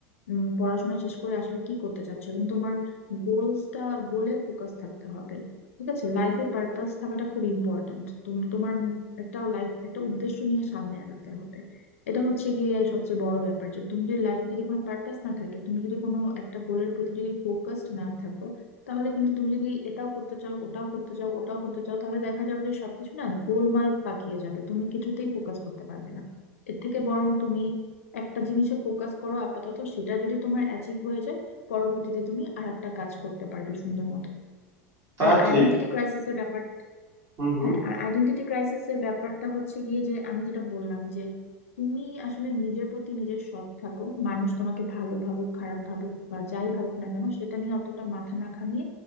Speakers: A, on the left; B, on the right.
A: উম, পড়াশোনা শেষ করে আসলে কি করতে চাচ্ছো এবং তোমার গোলসটা গোলে ফোকাস থাকতে হবে ঠিক আছে লাইফে পারপাস থাকাটা খুব ইম্পর্ট্যান্ট তুমি তোমার একটা লাইফ একটা উদ্দেশ্য নিয়ে সামনে আগাতে হবে এটা হচ্ছে গিয়ে সবচেয়ে বড় ব্যাপার যে তুমি যদি লাইফে যদি কোনো পারপাস না থাকে তুমি যদি কোনো একটা গোলের প্রতি যদি ফোকাসড না থাকো তাহলে কিন্তু তুমি যদি এটাও করতে চাও ওটাও করতে চাও ওটাও করতে চাও তাহলে দেখা যাবে যে সবকিছু না গোলমাল পাকিয়ে যাবে তুমি কিছুতেই ফোকাস করতে পারবে না এর থেকে বরং তুমি একটা জিনিসে ফোকাস করো আপাতত সেটা যদি তোমার অ্যাচিভ হয়ে যায় পরবর্তীতে তুমি আর একটা কাজ করতে পারবে সুন্দর মতো
B: তা
A: আর
B: ঠিক
A: আইডেন্টিটি ক্রাইসিসের ব্যাপারটা
B: হুম হুম
A: হ্যাঁ আর আইডেন্টিটি ক্রাইসিস এর ব্যাপারটা হচ্ছে গিয়ে যে আমি যেটা বললাম যে তুমি আসলে নিজের প্রতি নিজের সৎ থাকো মানুষ তোমাকে ভালো ভাবুক খারাপ ভাবুক বা যাই ভাবুক না কেন সেটা নিয়ে অতটা মাথা না ঘামিয়ে